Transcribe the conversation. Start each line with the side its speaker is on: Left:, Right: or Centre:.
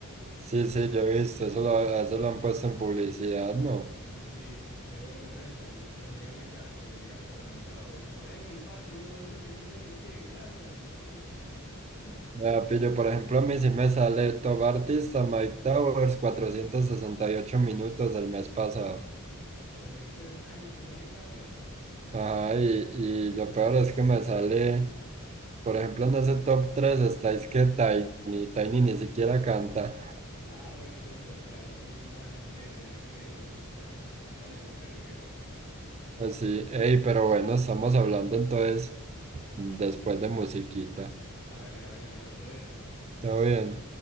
Right: Sí, sí, yo he visto, eso lo, a eso lo han puesto en publicidad, ¿no?
Left: Sí, mero, mero detalle, pero sería muy caga que le saliera personalizado a uno, no, hey, parce, vos, no sé quién, no sé quién, gracias, y yo, uy, <laughs>
Right: Ah, pillo, por ejemplo, a mí sí me sale Top Artista Mike Towers 468 minutos el mes pasado.
Left: 460, ay, le sale cada mes.
Right: Ajá, y, y lo peor es que me sale, por ejemplo, en ese top 3 estáis que Tiny, Tiny ni siquiera canta.
Left: Ah, bueno, es eso, otra, ese man debe tener créditos en, ja, en toda la industria del reggaetón.
Right: Pues sí, ey, pero bueno, estamos hablando entonces después de musiquita.
Left: Hágale, hágale, mano, todo bien.
Right: ¿Todo bien?